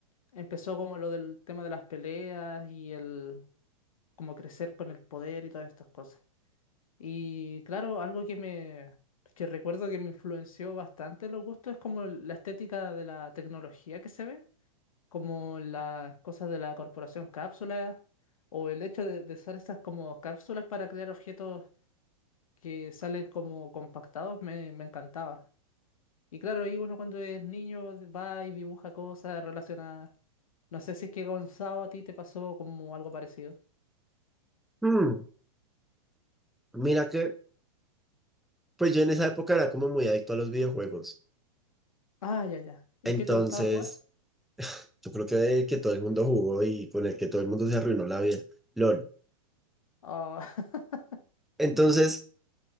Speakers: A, on the left; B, in the centre.
A: empezó como lo del tema de las peleas y el como crecer con el poder y todas estas cosas. Y claro, algo que me que recuerdo que me influenció bastante los gustos es como el- la estética de la tecnología que se ve, como las cosas de la corporación cápsula o el hecho de, de usar estas como cápsulas para crear objetos que salen como compactados me, me encantaba. Y claro, ahí uno cuando es niño va y dibuja cosas relacionadas. No sé si es que Gonzalo a ti te pasó como algo parecido.
B: Mm, mira que, pues yo en esa época era como muy adicto a los videojuegos.
A: Ah, ya, ya. ¿Y
B: Entonces,
A: qué te gustaba jugar?
B: yo creo que el que todo el mundo jugó y con el que todo el mundo se arruinó la vida. LOL.
A: Ah, <laughs>
B: Entonces,